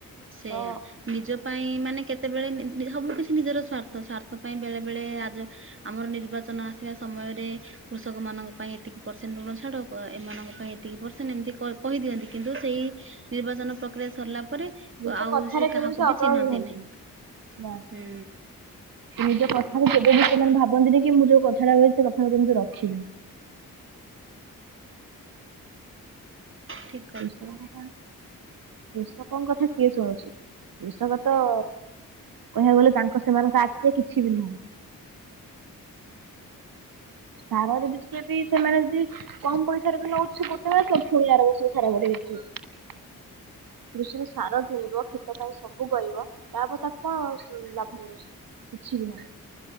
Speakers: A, on the right; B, on the right.
A: ସେଇଆ
B: ତ
A: ନିଜ ପାଇଁ ମାନେ କେତେବେଳେ ନି-ନିଜ ସବୁ କିଛି ନିଜର ସ୍ଵାର୍ଥ। ସ୍ୱାର୍ଥ ପାଇଁ ବେଳେ ବେଳେ ଆଜ ଆମର ନିର୍ବାଚନ ଆସିବା ସମୟରେ କୃଷକ ମାନଙ୍କ ପାଇଁ ଏତିକି ପରସେଣ୍ଟ ଋଣ ଛାଡ। ଏମାନଙ୍କ ପାଇଁ ଏତିକି ପରସେଣ୍ଟ, ଏମିତି କ-କହିଦିଅନ୍ତି। କିନ୍ତୁ ସେଇ ନିର୍ବାଚନ ପ୍ରକ୍ରିୟା ସରିଲା ପରେ
B: ନିଜ
A: ଆଉ,
B: କଥାରେ
A: ସେ
B: କେବେ
A: କାହାକୁ ବି
B: ଅଟଳ
A: ଚିହ୍ନନ୍ତିନି
B: ରୁହନ୍ତିନି। ନା
A: ହୁଁ।
B: ନିଜ କଥାରେ କେବେ ବି ସେମାନେ ଭାବନ୍ତିନି କି, ମୁଁ ଯୋଉ କଥାଟା କହିଛି, ସେ କଥା କେମିତି ରଖିବି?
A: ଠିକ୍।
B: କୃଷକ କଥା, କୃଷକଙ୍କ କଥା କିଏ ଶୁଣୁଚି? କୃଷକ ତ-ଅ କହିଆକୁ ଗଲେ, ତାଙ୍କ ସେମାନଙ୍କ ଆଖିରେ କିଛି ବି ନୁହୁଁ। ସାର ଯଦି ଟିକେବି ସେମାନେ ଯଦି କମ୍ ପଇସାରେ ବି ନଉଛି, ସେ ଗୋଟେ ମାସ। ଫୁଣି ଆର ବର୍ଷକୁ ସାର ବଢେଇ ଦେଇଥିବେ। କୃଷକ ସାର କିଣିବ, କ୍ଷେତ ପାଇଁ ସବୁ କରିବ। ତା'ପରେ ତାକୁ କଣ ସ ଲାଭ ମିଳୁଛି, କିଛି ବି ନାହିଁ।